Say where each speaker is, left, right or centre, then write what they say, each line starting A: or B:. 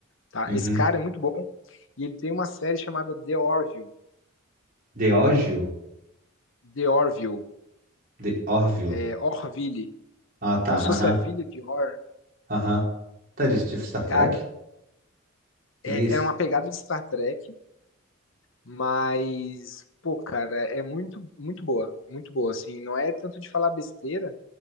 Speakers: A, on the left (about 65°); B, on the right (about 40°).
A: tá?
B: Uhum.
A: Esse cara é muito bom e ele tem uma série chamada The Orville,
B: The Orville?
A: The Orville,
B: The Orville.
A: é, Orville,
B: Ah, tá.
A: como
B: Aham.
A: se fosse a Vila de Or.
B: Aham. Tá, eles tipo Star Trek?
A: Cara,
B: O que
A: é,
B: que é isso?
A: é uma pegada de Star Trek, mas pô, cara, é muito muito boa, muito boa, assim, não é tanto de falar besteira,